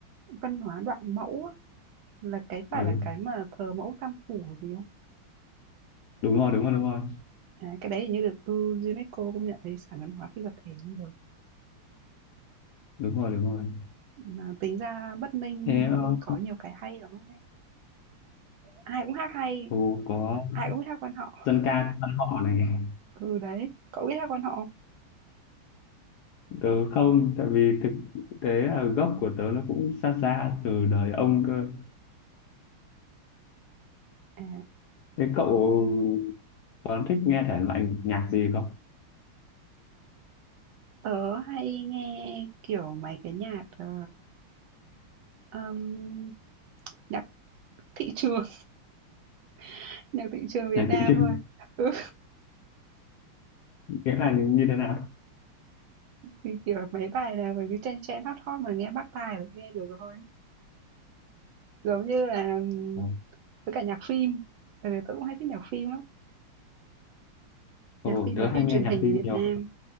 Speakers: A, on the right (about 70°); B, on the left (about 75°).
A: văn hóa đoạn mẫu á. Là cái phải
B: ừ,
A: là cái mà thờ mẫu Tam Phủ hay gì không?
B: đúng rồi đúng rồi đúng rồi
A: À, cái đấy hình như được ừ, UNESCO công nhận thấy sản văn hóa phi vật thể luôn rồi.
B: đúng rồi đúng rồi
A: Mà tính ra Bắc Ninh
B: thế ờ,
A: có nhiều cái hay lắm đấy. Ai cũng hát hay,
B: ừ, có
A: ai cũng biết hát quan họ.
B: dân ca quan họ này
A: Ừ đấy, cậu biết hát quan họ không?
B: tớ không tại vì thực tế là gốc của tớ nó cũng xa xa từ đời ông cơ
A: À,
B: Thế cậu còn thích nghe thể loại nhạc gì không?
A: tớ hay nghe kiểu mấy cái nhạc ờ, ừm, nhạc thị trường, <laughs> nhạc thị trường Việt
B: Nhạc
A: Nam
B: thị trường
A: thôi. Ừ,
B: <laughs> nghĩa là như thế nào?
A: thì kiểu mấy bài nào mà cứ chen chen hot hot mà nghe bắt tai là nghe được thôi. Giống như là ừm,
B: Ờ,
A: Với cả nhạc phim, bởi vì tớ cũng hay thích nhạc phim lắm,
B: Ồ,
A: nhạc phim
B: tớ
A: mà phim
B: hay nghe
A: truyền
B: nhạc
A: hình
B: phim
A: Việt
B: nhiều,
A: Nam.